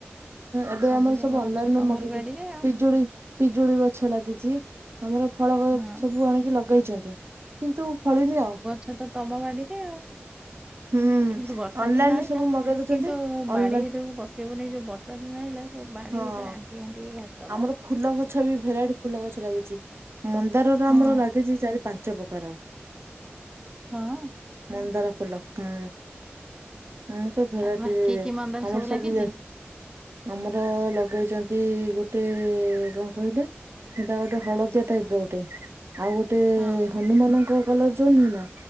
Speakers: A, on the right (about 70°); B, on the right (about 20°).
A: ଏବେ
B: ଆଉ
A: ଆମର
B: ଯାକ
A: ସବୁ ଅନଲାଇନ୍
B: ଗଛ
A: ରୁ
B: ତମରି
A: ମଗେଇକି
B: ବାଡିରେ ଆଉ
A: ପିଜୁଳି-ପିଜୁଳି ଗଛ ଲାଗିଚି। ଆମର ଫଳ
B: ହଁ।
A: ସବୁ ଆଣିକି ଲଗେଇଛନ୍ତି କିନ୍ତୁ ଫଳିନି ଆଉ
B: ଏ ତ ତମ ବାଡିରେ ଆଉ
A: ହୁଁ
B: ଏଇ ଯୋଉ ବର୍ଷା
A: ଅନଲାଇନ
B: ଦିନ
A: ରୁ
B: ଆଇଲା
A: ସବୁ ମଗେଇ
B: କିନ୍ତୁ
A: ଦଉଛନ୍ତି ଅନଲାଇନ
B: ବାଡି ଭିତରକୁ ପସ ପସିହଉନି ଏ ଯୋଉ ବର୍ଷା ଦିନ ଆଇଲା ସବୁ ବାଡ଼ି
A: ହଁ।
B: ଭିତରେ ଆଣ୍ଠିଏ ଆଣ୍ଠିଏ ଘାସ
A: ଆମର ଫୁଲ ଗଛ ବି ଭେରାଇଟି ଫୁଲ ଗଛ ଲାଗିଛି। ମନ୍ଦାରର
B: ହଁ
A: ଆମର ଲାଗିଚି ଚାରି ପାଞ୍ଚ ପ୍ରକାର।
B: ହଁ।
A: ମନ୍ଦାର ଫୁଲ ହୁଁ। ଆମର ସବୁ ଭେରାଇଟି
B: ଆରେ ବା କି
A: ଇ
B: କି ମନ୍ଦାର
A: ଆମର ସବୁ
B: ଲାଗିଛି
A: ଇଏ ଆମର ଫୁଲ ଲଗେଇଛନ୍ତି ଗୋଟେ କଣ କହିଲେ? ସେଟା ଗୋଟେ ହଳଦିଆ ଟାଇପର ଗୋଟେ ଆଉ ଗୋଟେ
B: ହଁ
A: ହନୁମାନଙ୍କ କଲର ଯୋଉ ନୁହେଁ ନା